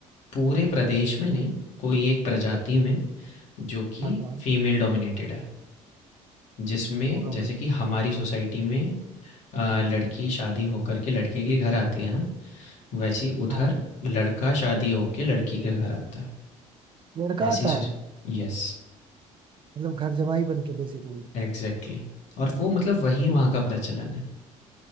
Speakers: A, on the left; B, on the right.
A: पूरे प्रदेश में नहीं कोई एक प्रजाति में जो कि
B: हाँ हाँ
A: फीमेल डोमिनेटेड है जिसमें
B: होगा
A: जैसे
B: भाई
A: कि हमारी सोसाइटी में अ, लड़की शादी होकर के लड़के के घर आती है ना वैसी उधर
B: हाँ
A: लड़का शादी होके लड़की के घर आता
B: लड़का
A: है ऐसी
B: आता
A: सोस
B: है
A: यस
B: मतलब घर जमाई बन के बेसिकली
A: एग्जैक्टली और वो मतलब वही वहाँ का प्रचलन है